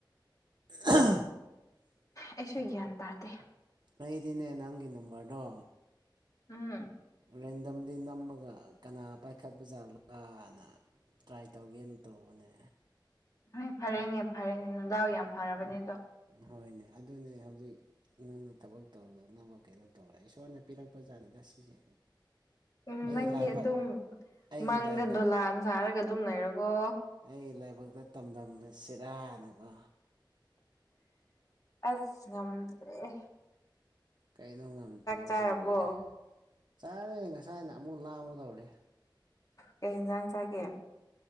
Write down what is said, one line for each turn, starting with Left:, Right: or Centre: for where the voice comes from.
Right: ꯑ
Left: ꯑꯩꯁꯨ ꯒ꯭ꯌꯥꯟ ꯇꯥꯗꯦ
Right: ꯑꯩꯗꯤꯅꯦ ꯅꯪꯒꯤ ꯅꯝꯕꯔꯗꯣ
Left: ꯎꯝ
Right: ꯔꯦꯟꯗꯝꯗꯤ ꯅꯝꯃꯒ ꯀꯅꯥ ꯄꯥꯏꯈꯠꯄ ꯖꯥꯠꯂꯥꯅ ꯇ꯭ꯔꯥꯏ ꯇꯧꯒꯦꯅ ꯇꯧꯕꯅꯦ
Left: ꯍꯣꯏ ꯐꯔꯦꯅꯦ ꯐꯔꯦꯅꯦ ꯅꯗꯥꯎ ꯌꯥꯝ ꯐꯔꯕꯅꯦ ꯑꯗꯣ
Right: ꯍꯣꯏꯅꯦ ꯑꯗꯨꯅꯦ ꯍꯧꯖꯤꯛ ꯅꯪꯅ ꯊꯕꯛ ꯇꯧꯔꯨꯗꯅꯕ ꯀꯩꯅꯣ ꯇꯧꯔꯦ ꯏꯁꯣꯔꯅ ꯄꯤꯔꯛꯄꯖꯥꯠꯅꯤꯗ ꯁꯤꯁꯦ
Left: ꯎꯝ
Right: ꯑꯩꯒꯤ
Left: ꯅꯪꯗꯤ
Right: ꯂꯥꯏꯕꯛ
Left: ꯑꯗꯨꯝ
Right: ꯑꯩꯒꯤ
Left: ꯃꯪꯗ
Right: ꯂꯥꯏꯕꯛ
Left: ꯗꯣꯂꯥꯟ ꯁꯥꯔꯒ ꯑꯗꯨꯝ ꯂꯩꯔꯣꯀꯣ
Right: ꯑꯩꯒꯤ ꯂꯥꯏꯕꯛꯇ ꯇꯝꯗꯝꯁꯦ ꯁꯤꯔꯥꯅꯀꯣ
Left: ꯑꯁ ꯉꯗ꯭ꯔꯦ
Right: ꯀꯩꯅꯣ ꯉꯝꯗ꯭ꯔꯦ ꯍꯥꯏꯁꯤꯕꯨ
Left: ꯆꯥꯔꯕꯣ
Right: ꯑꯣꯏꯌꯦꯦ ꯆꯥꯔꯦ ꯉꯁꯥꯏꯅ ꯑꯃꯨꯛ ꯂꯥꯡꯒꯨꯗꯧꯔꯦ
Left: ꯀꯩ ꯌꯦꯟꯁꯥꯡ ꯆꯥꯒꯦ